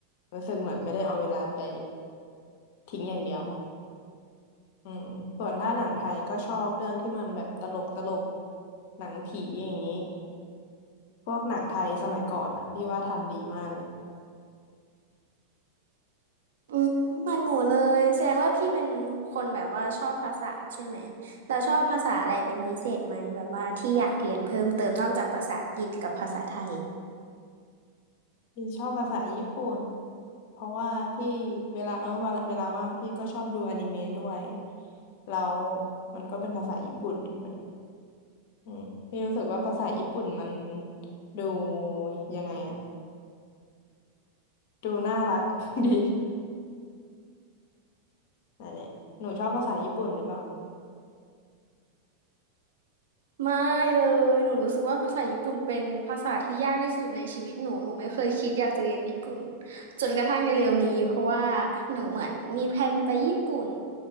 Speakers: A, on the left; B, on the right.
A: รู้สึกเหมือนไม่ได้เอาเวลาไปทิ้งอย่างเดียว อืมส่วนถ้าหนังไทยก็ชอบเรื่องที่มันแบบตลกตลกหนังผีอย่างนี้พวกหนังไทยสมัยก่อนอะพี่ว่าทำดีมากเลย
B: อืมเหมือนหนูเลยแสดงว่าพี่เป็นคนแบบว่าชอบภาษาใช่ไหมแล้วชอบภาษาอะไรเป็นพิเศษไหมแบบว่าที่อยากเรียนเพิ่มเติมนอกจากภาษาอังกฤษกับภาษาไทย
A: พี่ชอบภาษาญี่ปุ่นเพราะว่าพี่เวลาเออเวลาเวลาว่างพี่ก็ชอบดูอนิเมะด้วยแล้วมันก็เป็นภาษาญี่ปุ่นใช่ไหมอืมพี่รู้สึกว่าภาษาญี่ปุ่นมันดูยังไงอะดูน่ารัก <laughs> ดีนั่นแหละหนูชอบภาษาญี่ปุ่นหรือเปล่า
B: ไม่เลยหนูรู้สึกว่าภาษาญี่ปุ่นเป็นภาษาที่ยากที่สุดในชีวิตหนูหนูไม่เคยคิดอยากจะเรียนญี่ปุ่นจนกระทั่งในเร็วนี้เพราะว่าหนูเหมือนมีแพลนไปญี่ปุ่น